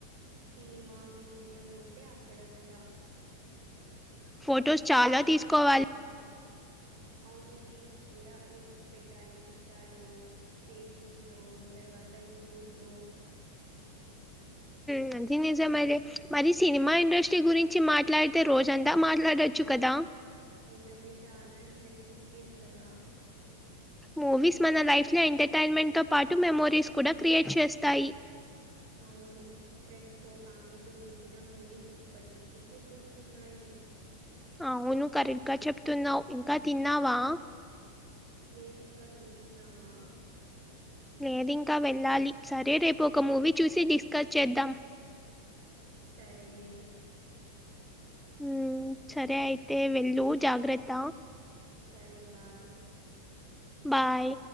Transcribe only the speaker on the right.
సినిమా మ్యూజియం ఉంటే అక్కడ కూడా
అవును రీల్స్ కూడా రీల్స్ పెట్టాలి ఇన్స్టాలో ఫేస్బుక్ లో తర్వాత యూట్యూబ్ లో
నిజమే చాలా ఇంట్రెస్టింగ్ ఫీల్డ్ కదా
అవును ఫ్రెండ్స్ తో ఫ్యామిలీతో చూసిన మూవీస్ ఇప్పటికి గుర్తొస్తున్నాయి
లేదింకా నువ్వు తిన్నావా
సరేలే
సరే బాయ్